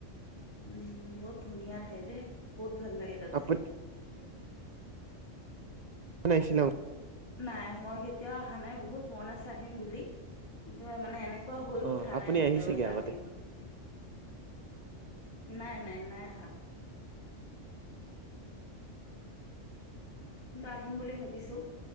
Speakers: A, on the left; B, on the right.
A: উম, বহুত ধুনীয়া ঠাই দে বহুত ভাল লাগে তাতে।
B: আপু বাইছিল নাম
A: নাই মই কেতিয়াও অহা নাই বহুত মন আছে আহিম বুলি কিন্তু মানে এনে ক হৈয়
B: অ'
A: উঠা
B: আপুনি
A: নাই কেতিয়া
B: আহিছেগে
A: বজি
B: আগতে।
A: আহিম। নাই-নাই-নাই আহা। কিন্তু আহিম বুলি ভাবিছো।